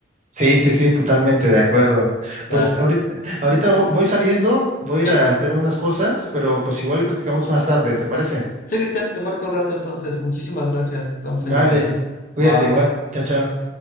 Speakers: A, on the right; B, on the left.
A: sí, sí, sí, totalmente de acuerdo.
B: O
A: Pues
B: sea,
A: ahorita, ahorita vo- voy saliendo, voy
B: Sí,
A: a ir a hacer unas cosas, pero pues igual le platicamos más tarde, ¿te parece?
B: Sí, Cristian, te marco el rato entonces. Muchísimas gracias. Estamos
A: Vale,
B: ahí en contacto.
A: cuídate
B: Va.
A: igual. Chao, chao.